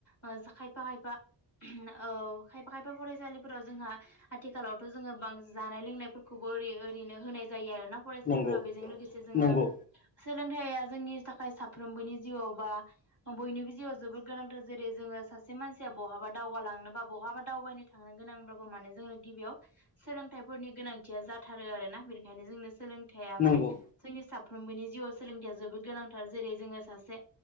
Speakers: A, on the left (about 40°); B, on the left (about 20°).
A: ओ खायफा खायफा औ खायफा खायफा फरायसालिफोराव जोंहा आथिखालावथ' जोङो बां जानाय लोंनायफोरखौबो ओरै ओरैनो होनाय जायो आरोना फरायसालिफोराव
B: नंगौ
A: बेजों लोगोसे जोङो
B: नंगौ
A: सोलोंथाइया जोंनि थाखाय साफ्रोमबोनि जिउआव बा बयनिबो जिउआव जोबोद गोनांथार जेरै जोङो सासे मानसिया बहाबा दावगालांनो बा बहाबा दावबायनो थांनो गोनांब्लाबो माने जोंनो गिबियाव सोलों लोंथाइफोरनि गोनांथिया जाथारो आरोना बेनिखायनो जोंनो सोलोंथाइया
B: नंगौ
A: माने जोंनि साब फ्रोमबोनि जिउआव सोलोंथाइया जोबोद गोनांथार जेरै जोङो सासे